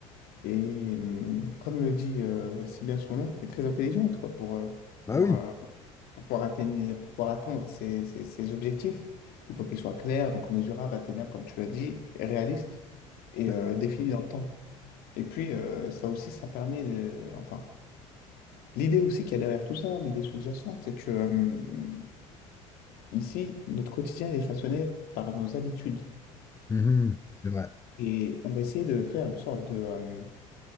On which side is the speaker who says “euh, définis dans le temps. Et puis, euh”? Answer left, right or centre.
Left